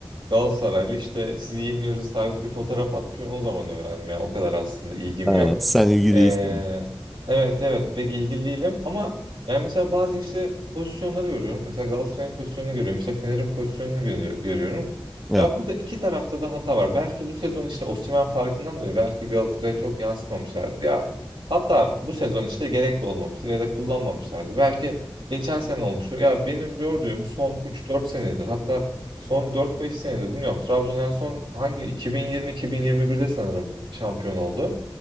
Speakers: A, on the right; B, in the centre.
A: Galatasaraylı işte sizi yeniyoruz tarzı bir fotoğraf atmış. Ben O zaman öğrendim yani o kadar aslında ilgim
B: Ha,
A: yok.
B: Sen ilgi
A: Ee,
B: değilsin.
A: evet evet pek ilgili değilim ama yani mesela bazen işte pozisyonları görüyorum. Mesela Galatasaray'ın pozisyonunu görüyorum. işte Fener'in pozisyonunu gö- görüyorum.
B: Evet,
A: Ya burada iki tarafta da hata var. Belki bu sezon işte Osimhen farkından dolayı belki Galatasaray'a çok yansıtmamışlardı. Ya hatta bu sezon işte gerekli olmamıştır ya da kullanmamışlardı. Belki geçen sene olmuştur. Ya benim gördüğüm son üç dört senedir hatta son dört beş senedir bilmiyorum. Trabzon en son hangi 2020-2021'de sanırım şampiyon oldu.